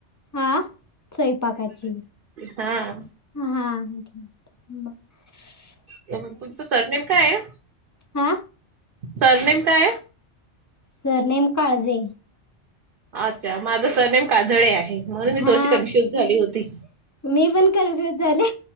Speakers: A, on the left; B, on the right.
A: आ? स्वयंपाकाची
B: हा
A: हा. <unintelligible>
B: तर मग तुमचं सर नेम काय आहे?
A: आ.
B: सरनेेम काय आहे?
A: सरनेम काळजे.
B: अच्छा! माझं सरनेेम काजळे आहे म्हणून मी
A: हा
B: थोडीशी कन्फ्युज झाली होती.
A: मी पण कन्फ्युज झाले.